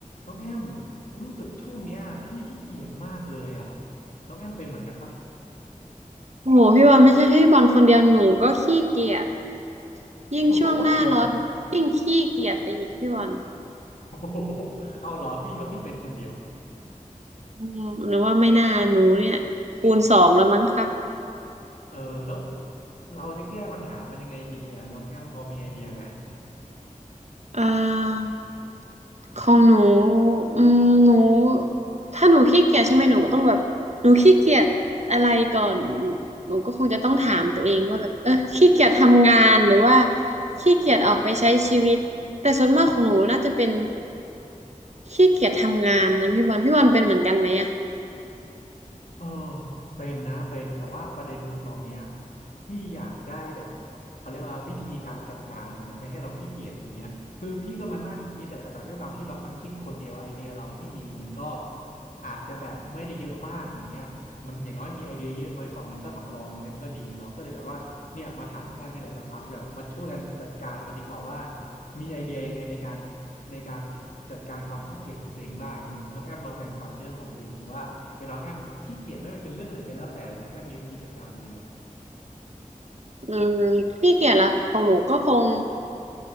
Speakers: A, on the left (about 70°); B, on the right (about 55°).
A: น้องแอมรู้สึกช่วงเนี้ยพี่ขี้เกียจมากเลยอ่ะน้องแอมเป็นเหมือนกันปะ
B: โอ้โหพี่บอลไม่ใช่ให้บอลคนเดียวหนูก็ขี้เกียจยิ่งช่วงหน้าร้อนหนูยิ่งขี้เกียจไปอีกพี่บอล
A: โอ้โหจริงโอ้โหเอาเหรอพี่ก็พี่เป็นคนเดียว
B: อืมหนูว่าไม่น่าหนูเนี่ยคูณสองแล้วมั้งคะ
A: เออแล้วเราจะแก้ปัญหามันยังไงดีอ่ะน้องแอมพอมีไอเดียไหม
B: เอ่อของหนูอืมหนูถ้าหนูขี้เกียจใช่ไหมหนูก็ต้องแบบหนูขี้เกียจอะไรก่อนหนูก็คงจะต้องถามตัวเองว่าแบบเออขี้เกียจทำงานหรือว่าขี้เกียจออกไปใช้ชีวิตแต่ส่วนมากของหนูน่าจะเป็น ขี้เกียจทำงานนะพี่บอลพี่บอลเป็นเหมือนกันไหมอ่ะ
A: เออเป็นนะเป็นแต่ว่าประเด็นคือตอนเนี้ยพี่อยากได้แบบเขาเรียกว่าวิธีการจัดการมันนะไม่ให้เราขี้เกียจอย่างเงี้ยคือพี่ก็มานั่งคิดอะแต่แบบด้วยความที่บางครั้งคิดคนเดียวไอเดียเราที่มีมันก็อาจจะแบบไม่ได้เยอะมากอย่างเงี้ยมันอย่างน้อยมีไอเดียเยอะไว้ก่อนมันก็สำรองไว้มันก็ดีเนาะก็เลยแบบว่าเนี่ยมาถามน้องแอมนี่แหละแบบอาจแบบมาช่วยกันจัดการมันดีกว่าว่ามีไอเดียยังไงในการในการจัดการความขี้เกียจของตัวเองบ้างอย่างเงี้ยน้องแอมลองแบ่งปันเรื่องของตัวเองหน่อยสิว่า เวลาน้องแอมขี้เกียจไม่ว่าเป็นเรื่องไหนก็แล้วแต่น้องแอมมีวิธีจัดการมันยังไง
B: อืมขี้เกียจละของหนูก็คง